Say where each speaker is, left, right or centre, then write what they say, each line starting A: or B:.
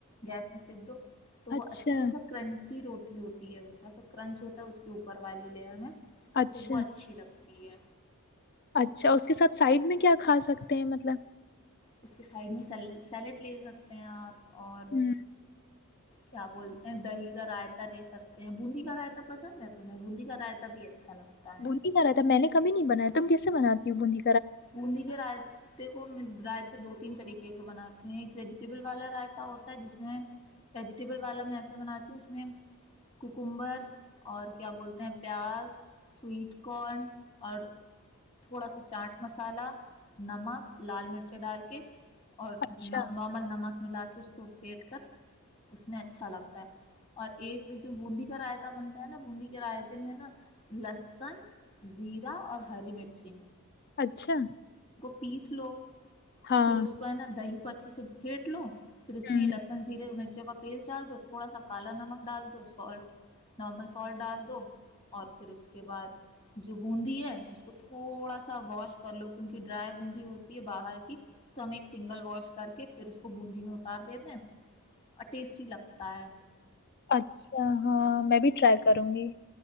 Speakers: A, on the left; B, on the left.
A: گیس میں سینک دو تو وہ
B: اچھا
A: اچھی تھوڑا سا کرنچی روٹی ہوتی ہے وہ تھوڑا سا کرنچ ہوتا ہے اس کے اوپر والی لیئر میں
B: اچھا
A: تو وہ اچھی لگتی تی ہے
B: اچھا اس کے ساتھ سائڈ میں کیا کھا سکتے ہیں مطلب
A: اس کے سائڈ میں سیلڈ لے سکتے ہیں آپ اور
B: ہوں
A: کیا بولتے ہیں دہی کا رائتا رہے سکتے ہیں بوندی کا رائتا پسند ہے تمہیں بندی کا راتا بھی اچھا لگتا ہے
B: بول نہیں جا رہا تھا میں نے کبھی نہیں بنایا تم کیس بناتیوں بندی
A: انی کر راائے کو میں رائتے دو تین طریقے کے بناتی ایک ویجیٹیبل والا رائتا ہوتا ہے جس میں ویجیٹیبل والا میں ایسے بناتی ہوں اس میں کوکمبر اور کیا بولتے ہیں پیاز سویٹ کارن اور تھوڑا سا چاٹ مسالہ نمک لال مرچ ڈال کے اور
B: اچھا
A: نارمل نمک ملا کے کہ اس کو پھینٹ کر اس میں اچھا لگتا ہے اور ایک جو بوندی کا رائتا بنتا ہے نا بوندی کے رائتے میں نا لسن زیرا اور ہری مرچی
B: اچھا
A: بیس لوگ
B: ہاں
A: پھر اس کو ہے ن آ د ہی اس کو اچھے سے پھینٹ لو پھر اس میں
B: ہوں
A: یہ لہسن زیرے مرچ کچے کا پیسٹ ڈال دو تھوڑا سا کالا نمک ڈال دو سالٹ نارمل سالٹ ڈال دو اور پھر اس کے بعد جو بوندی ہے اس کو تھوڑا سا ا واش کر لو کیونکہ ڈرائی بوندی ہوتی ہے باہر کی تو ہم ایک سنگل واش کر کے پھر اس کو بوندی میں اتار دیتے ہیں اور ٹیسٹی لگتا ہے
B: اچھا ہاں میں بھی ٹرائی کروں گی